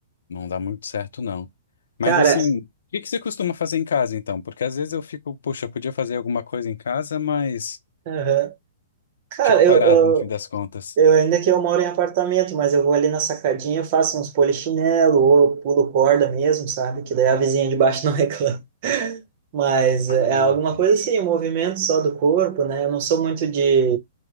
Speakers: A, on the left; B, on the right.
A: não dá muito certo, não. Mas
B: Cara,
A: assim, o que que você costuma fazer em casa, então? Porque às vezes eu fico, poxa, eu podia fazer alguma coisa em casa, mas.
B: aham. Cara,
A: Fico
B: eu,
A: parado
B: eu,
A: no fim das contas.
B: eu ainda que eu moro em apartamento, mas eu vou ali na sacadinha, faço uns polichinelo ou eu pulo corda mesmo, sabe? Que daí a vizinha de baixo <laughs> não reclama. Mas
A: Ah,
B: é
A: uhum.
B: alguma coisa assim, um movimento só do corpo, né? Eu não sou muito de